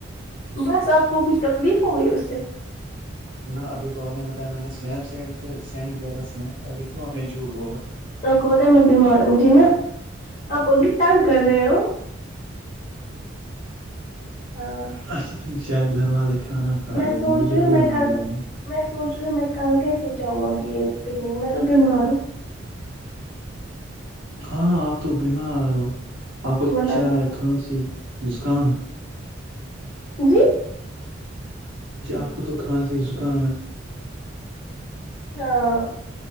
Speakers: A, on the left (about 35°); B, on the right (about 80°).
A: بس آپ کو کچھ تکلیف ہو گئی اس سے
B: نہ ابھی تو آپ نے بتایا میں نے سنیپ چیٹ سے سینڈ کیا تھا اسنیپ ابھی کیوں آپ نے جھوٹ بولا
A: آپ کو پتا ہے میں بیمار ہوں مجھے نا آپ ا بھی تنگ کر رہے ہو ہاں
B: اچا ٹھیک شاید گھر والک کانا ارے
A: میں سوچ
B: وہ مجھے
A: رہی
B: ابھی
A: ہوں میں
B: مار
A: کل
B: ڈالیں
A: میں سوچ رہی ہوں میں کل کیسے جاؤں ابھی یہ پکنک میں تو بیمار ہوں
B: ہاں آپ تو بیمار ہو آپ کو
A: ورنہ
B: چائے
A: کیا
B: کھانسی زسکام
A: جی
B: جی آپ کو تو خاص ہی زکام ہے
A: ہاں